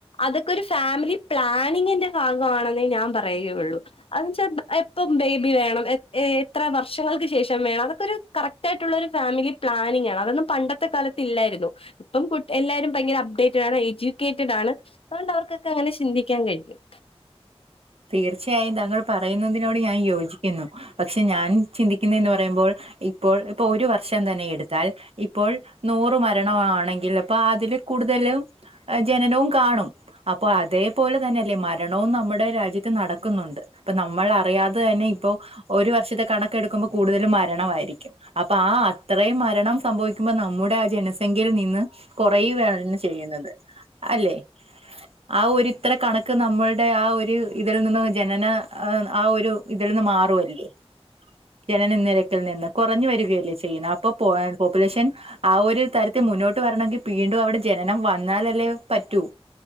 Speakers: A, on the left; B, on the right.
A: അതൊക്കെ ഒരു ഫാമിലി പ്ലാനിങ്ങിന്റെ ഭാഗമാണെന്നേ ഞാൻ പറയുകയുള്ളൂ അതെന്ന് വെച്ചാൽ എപ്പം ബേബി വേണം ഇത്ര വർഷങ്ങൾക്ക് ശേഷം വേണം അതൊക്കെ ഒരു കറക്റ്റ് ആയിട്ടുള്ള ഒരു ഫാമിലി പ്ലാനിങ് ആണ് അതൊന്നും പണ്ടത്തെ കാലത്ത് ഇല്ലായിരുന്നു. ഇപ്പം കു എല്ലാവാരും ഭയങ്കര അപ്ഡേറ്റഡ് ആണ് എഡ്യൂക്കേറ്റഡ് ആണ്. അതുകൊണ്ട് അവർക്കൊക്കെ അങ്ങനെ ചിന്തിക്കാൻ കഴിയും.
B: തീർച്ചയായും താങ്കൾ പറയുന്നതിനോട് ഞാൻ യോജിക്ക ക്കുന്നു പക്ഷെ ഞാൻ ചിന്തിക്കുന്നത് എന്ന് പറയുമ്പോൾ ഇപ്പോൾ ഇപ്പൊ ഒരു വർഷം തന്നെ എടുത്താൽ. ഇപ്പോൾ നൂറ് മരണമാണെങ്കിൽ അപ്പൊ അതില് കൂടുതലും. ജനനവും കാണും അപ്പൊ അതേപോലെ തന്നെ അല്ലേ മരണവും നമ്മുടെ രാജ്യ ത്ത് നടക്കുന്നുണ്ട് ഇപ്പ നമ്മൾ അറിയാതെ തന്നെ ഇപ്പോ ഒരു വർഷത്തെ കണ ക്ക് എടുക്കുമ്പോ കൂടുതലും മരണമായിരിക്കും അപ്പൊ ആഹ്. ഇത്രയും മരണം സംഭവിക്കുമ്പോൾ നമ്മുടെ ആഹ് ജനസംഖ്യയിയില് നിന്ന് കുറയുകയാണ് ചെയ്യുന്നത്. അല്ലെ ആഹ് ഒരിത്ര കണക്ക് നമ്മളുടെ ആഹ് ഒരു. ഇതിൽ നിന്ന് ജനന ആഹ് ഒരു ഇതിൽ നിന്ന് മാറുവല്ലേ. ജനന നിരക്കിൽ നിന്ന് കുറഞ്ഞു വരികയല്ലേ ചെയ്യണേ അപ്പൊ പോ പോപ്പുലേഷൻ. ആഹ് ഒരു തരത്തിൽ മുന്നോട്ട് വരണമെങ്കിൽ വീണ്ടും അവിടെ ജനനം വന്നാലല്ലേ പറ്റൂ.